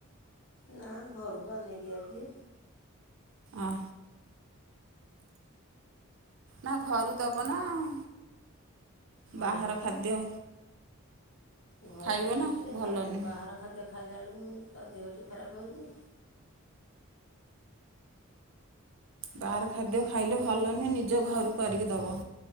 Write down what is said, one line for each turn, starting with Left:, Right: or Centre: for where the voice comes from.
Left: ନା ଘରୁ ବା ନେଇକି ଆଉଛି।
Right: ଅଁ। ନା ଘରୁ ଦେବ ନା ଆଉ,
Left: ହଁ
Right: ବାହାର ଖାଦ୍ୟ
Left: ଘରୁ
Right: ଖାଇବ
Left: ଦଉଛି
Right: ନା ଭଲ
Left: ତା
Right: ନୁହେଁ
Left: ବାହାର ଖାଦ୍ୟ ଖାଇଲା ବେଳକୁ ତା ଦେହଟି ଖରାପ ହଉଛି।
Right: ବାହାର ଖାଦ୍ୟ ଖାଇଲେ ଭଲ ନୁହେଁ ନିଜ ଘରୁ କରିକି ଦବ।